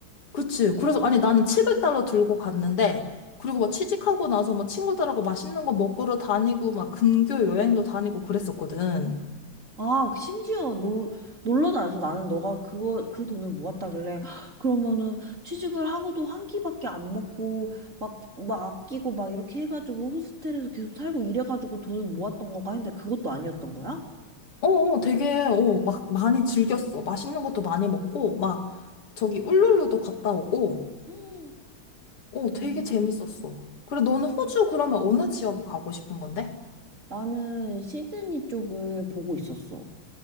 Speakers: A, on the left (about 85°); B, on the right (about 35°).
A: 그치. 그래서, 아니, 나는 700달러 들고 갔는데, 그리고 막 취직하고 나서 막 친구들하고 맛있는 거 먹으러 다니고, 막 금교 여행도 다니고 그랬었거든.
B: 아, 심지어 놀, 놀러 다녀서 나는 너가 그거, 그 돈을 모았다길래, "헉, 그러면은 취직을 하고도 한 끼밖에 안 먹고, 막, 막 아끼고 막 이렇게 해가지고 호스텔에서 계속 살고 이래가지고 돈을 모았던 건가 했는데 그것도 아니었던 거야?
A: 어, 어, 되게, 어, 막 많이 즐겼어. 맛있는 것도 많이 먹고, 막 저기 울룰루도 갔다 오고,
B: 음,
A: 어,
B: 음,
A: 되게 재밌었어. 그래, 너는 호주 그러면 어느 지역에 가고 싶은 건데?
B: 나는 시드니 쪽을 보고 있었어.